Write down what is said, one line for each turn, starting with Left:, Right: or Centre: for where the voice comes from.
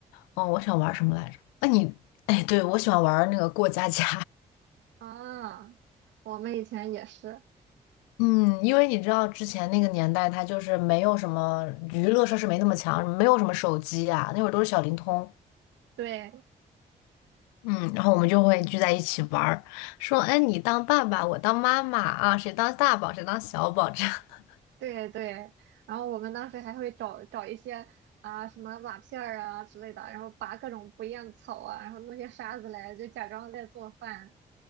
Left: 哦，我喜欢玩儿什么来着？那你，哎，对，我喜欢玩儿那个过家家。
Right: 啊。我们以前也是，
Left: <laughs> 嗯，因为你知道之前那个年代，它就是没有什么娱乐设施，没那么强，没有什么手机啊，那会儿都是小灵通。
Right: 对
Left: 嗯，然后我们就会聚在一起玩儿，说，哎，你当爸爸，我当妈妈啊，谁当大宝，谁当小宝，这样。<laughs>
Right: 对对，然后我们当时还会找找一些啊、什么瓦片儿啊之类的，然后拔各种不厌草啊，然后弄些沙子来，就假装在做饭。